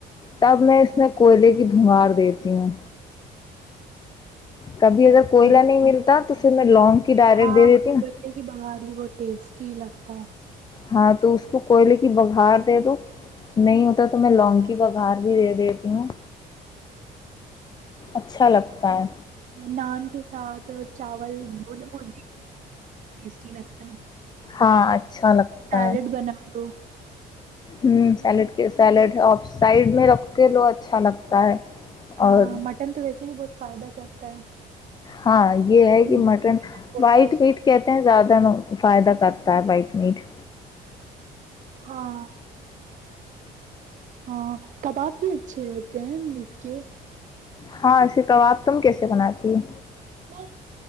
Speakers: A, on the left; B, on the right.
A: تب میں اس میں کوئلے کی دھونگار دیتی ہوں کبھی اگر
B: اچھا
A: کوئلہ نہیں ملتا تو تو پھر میں لونگ <unintelligible>
B: ہاں
A: دے دیتی ہوں
B: پہلے کی بگار بھی بہت ٹیسٹی لگتا ہے
A: ہاں تو اس کو کوئلے کی بگھار دے دو نہیں ہوتا تو میں لونگ کی بگھار بھی دے دیتی ہوں اچھا لگتا ہے
B: نان کے ساتھ چاول بول ب س ہی لگتا ہے <unintelligible>
A: ہاں اچھا اچھا لگتا
B: سیلیڈ
A: ہے
B: بنا لو
A: ہ سیلیڈ سیلیڈ ہے آف سائڈ میں رکھ کے لو اچھا لگتا ہے
B: ہاں
A: اور
B: مٹن تو اس بھی بہت فائدہ کرتا ہے
A: ہاں یہ ہے
B: ہوں،
A: کہ مٹن
B: ہوتا
A: وائٹ
B: ہے اس
A: میٹ
B: میں۔
A: کہتے ہیں زیادہ ت فائدہ کرتا ہے وائٹ میٹ
B: ہاں ہاں کباب بھی اچھے رہتے ہیں اس کے
A: ہاں اسے کباب تم کیسے بناتی ہو
B: میں